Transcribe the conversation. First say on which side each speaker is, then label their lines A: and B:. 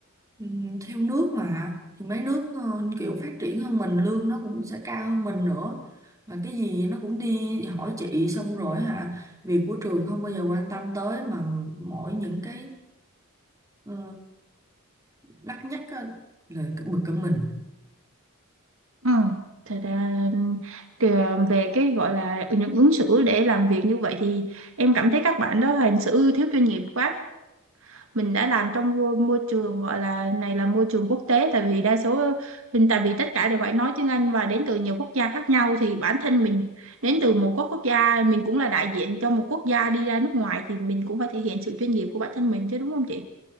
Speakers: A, on the right (about 15°); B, on the right (about 65°).
A: ừm, theo nước mà, thì mấy nước ờ, kiểu phát triển hơn mình, lương nó cũng sẽ cao hơn mình nữa. Mà cái gì nó cũng đi hỏi chị xong rồi hả, việc của trường không bao giờ quan tâm tới mà mỗi những cái Ờ, đắt nhất á, là cái bực cả mình
B: ừ. Thật ra kìa, về cái gọi là những ứng xử để làm việc như vậy thì em cảm thấy các bạn đó hành xử thiếu chuyên nghiệp quá mình đã làm trong môi môi trường gọi là này là môi trường quốc tế tại vì đa số mình tại vì tất cả đều phải nói tiếng Anh và đến từ nhiều quốc gia khác nhau thì bản thân mình đến từ một quốc quốc gia mình cũng là đại diện cho một quốc gia đi ra nước ngoài thì mình cũng phải thể hiện sự chuyên nghiệp của bản thân mình chứ đúng không chị?